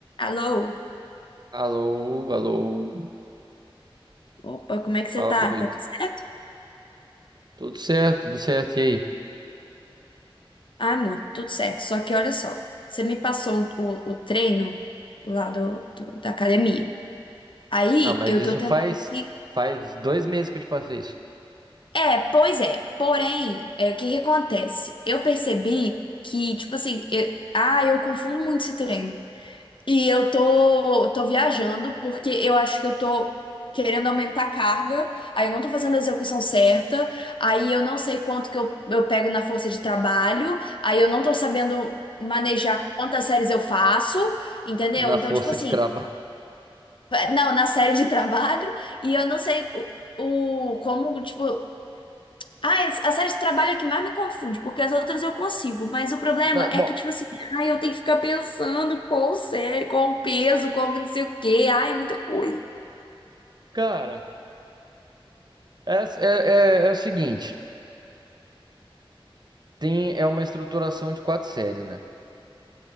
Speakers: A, on the left (about 60°); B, on the right (about 50°).
A: Alô?
B: Alô, alô,
A: Opa, como é que você
B: fala
A: tá?
B: comigo.
A: Tá tudo certo?
B: Tudo certo, tudo certo, e aí?
A: Ah, amor, tudo certo. Só que olha só, você me passou um, o, o treino lá do, do- da academia. Aí
B: Não, mas
A: eu
B: isso
A: tô tentando
B: faz
A: se.
B: faz dois meses que eu te passei isso
A: É, pois é. Porém, é, o que que acontece? Eu percebi que, tipo assim, eu- ah, eu confundo muito esse treino. E eu tô, tô viajando porque eu acho que eu tô querendo aumentar a carga, aí eu não tô fazendo a execução certa, aí eu não sei quanto que eu, eu pego na força de trabalho, aí eu não tô sabendo manejar quantas séries eu faço, entendeu?
B: na
A: Então,
B: força
A: tipo assim,
B: de trabalho.
A: é, não, na série de trabalho, e eu não sei o, o como, tipo. Ah, es- a série de trabalho é que mais me confunde, porque as outras eu consigo, mas o problema
B: <laughs> Não,
A: é
B: bom,
A: que, tipo assim, ai, eu tenho que ficar pensando qual série, qual o peso, qual não sei o quê, ai, muita coisa.
B: cara, é, é, é, é o seguinte, tem é uma estruturação de quatro séries, né?